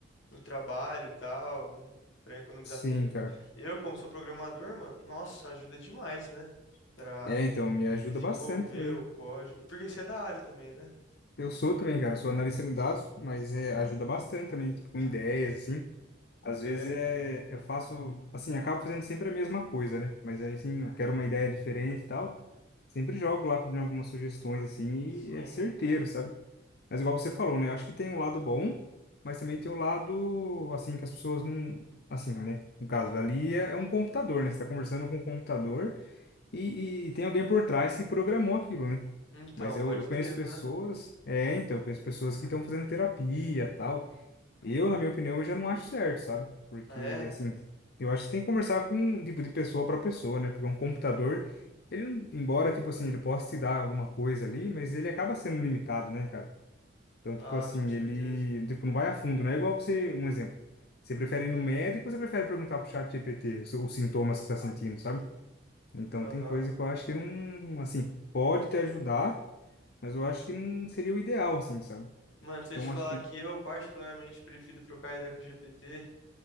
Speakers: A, on the left (about 75°); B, on the left (about 55°).
A: no trabalho e tal, para economizar
B: Sim,
A: tempo.
B: cara.
A: Eu, como sou programador, mano, nossa, ajuda demais, né? Para
B: É, então, me ajuda
A: desenvolver
B: bastante também.
A: o código, porque você é da área também, né?
B: Eu sou também, cara, sou analista de dados, mas é, ajuda bastante também, tipo, com ideias, assim. Às vezes
A: É,
B: é, eu faço, assim, acabo fazendo sempre a mesma coisa, né? Mas aí, assim, eu quero uma ideia diferente e tal. Sempre jogo lá pedindo algumas sugestões, assim, e
A: sim.
B: é certeiro, sabe? Mas igual você falou, né? Acho que tem um lado bom, mas também tem o lado, assim, que as pessoas não. Assim, né? No caso, ali é, é um computador, né? Você tá conversando com um computador e, e tem alguém por trás que programou aquilo, né?
A: Então,
B: Mas eu,
A: pode
B: eu conheço
A: ter erro,
B: pessoas.
A: né?
B: É, então, eu conheço pessoas que estão fazendo terapia tal. Eu, na minha opinião, eu já não acho certo, sabe? Porque,
A: Ah, é?
B: assim, eu acho que tem que conversar com, um tipo, de pessoa para pessoa, né? Porque um computador. Ele, não- embora, tipo assim, ele possa te dar alguma coisa ali, mas ele acaba sendo limitado, né, cara? Então,
A: Ah,
B: tipo assim,
A: com certeza.
B: ele, tipo, não vai a fundo, não é igual você, um exemplo. Você prefere ir no médico ou você prefere perguntar pro chat GPT os, os sintomas que você tá sentindo, sabe? Então,
A: Aham.
B: tem coisa que eu acho que não, assim, pode te ajudar, mas eu acho que não seria o ideal, assim, sabe?
A: Mano, se
B: Então,
A: eu te falar
B: acho que,
A: que eu particularmente prefiro trocar ideia com o GPT,